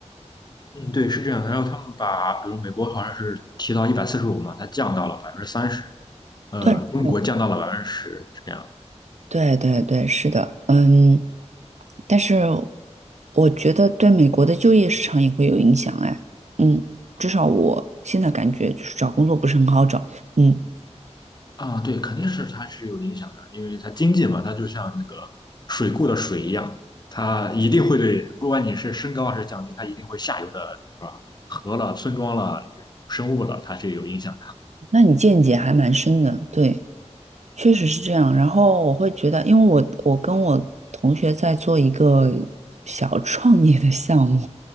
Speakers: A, on the left (about 35°); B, on the right (about 75°).
A: 嗯，对，是这样的。然后他们把，比如美国好像是提到一百四十五嘛，它降到了百分之三十，呃，
B: 对，
A: 中国降到了百分之十，
B: 嗯
A: 是这样。
B: 对，对，对，是的，嗯，但是我觉得对美国的就业市场也会有影响，哎，嗯，至少我现在感觉就是找工作不是很好找，嗯，
A: 啊，对，肯定是它是有影响的，因为它经济嘛，它就像那个水库的水一样，它一定会对，不管你是升高还是降低，它一定会下游的，是吧？河了、村庄了、生物了，它是有影响。
B: 那你见解还蛮深的，对。确实是这样，然后我会觉得，因为我我跟我同学在做一个小创业的项目，